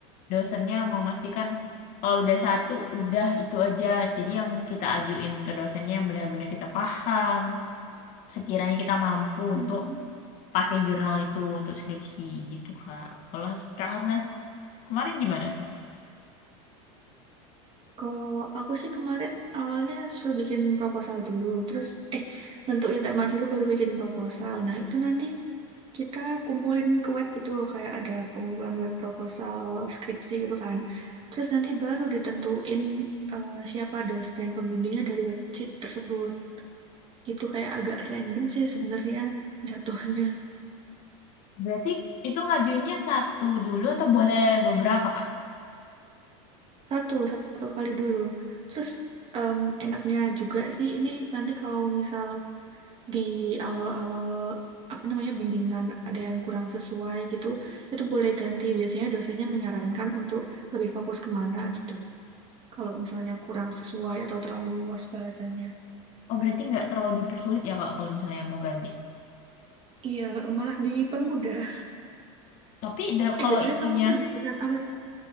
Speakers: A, on the left; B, on the right.
A: dosennya memastikan kalau udah satu, udah itu aja. Jadi yang kita ajuin ke dosennya yang benar-benar kita paham. Sekiranya kita mampu
B: Mm-mm.
A: untuk pakai jurnal itu untuk skripsi gitu Kak. Kalau Has- Kak Hasnas kemarin gimana tuh?
B: Kalau aku sih kemarin awalnya suruh bikin proposal dulu, terus eh nentuin tema dulu baru bikin proposal. Nah, itu nanti Kita kumpulin ke web itu kayak ada pengumpulan web proposal skripsi gitu kan. Terus nanti baru ditentuin eh, siapa dosen pembimbingnya dari web t- tersebut. Itu kayak agak random sih sebenarnya jatuhnya.
A: Berarti itu ngajuinnya satu dulu atau boleh beberapa Kak?
B: Satu, satu kali dulu. Terus em, enaknya juga sih ini nanti kalau misal di awal-awal apa namanya bimbingan ada yang kurang sesuai gitu, itu boleh ganti. Biasanya dosennya menyarankan untuk lebih fokus kemana gitu. kalau misalnya kurang sesuai atau terlalu luas bahasanya.
A: Oh, berarti nggak terlalu dipersulit ya, Kak, kalau misalnya mau ganti.
B: Iya, malah dipermudah.
A: Tapi da-
B: Eh,
A: kalau
B: BTW
A: itunya
B: kamu tuh jurusan apa? sih?